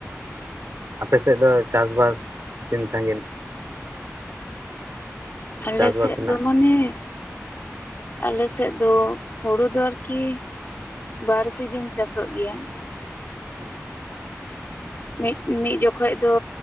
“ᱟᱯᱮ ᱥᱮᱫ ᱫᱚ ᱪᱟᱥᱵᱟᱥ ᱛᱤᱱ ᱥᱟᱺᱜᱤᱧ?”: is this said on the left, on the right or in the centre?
Right